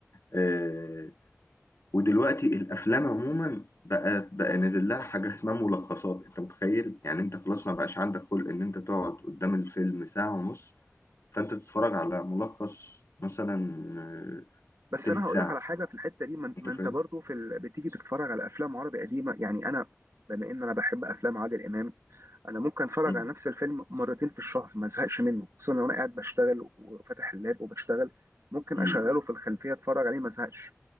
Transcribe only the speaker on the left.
آه ودلوقتي الافلام عموما بقى بقى نازل لها حاجة اسمها ملخصات انت متخيل يعني انت خلاص ما بقاش عندك خلق ان انت تقعد قدام الفيلم ساعة ونص فانت تتفرج على ملخص مثلا آه،
تلت
ساعة
انت
فاهم
مم.
مم.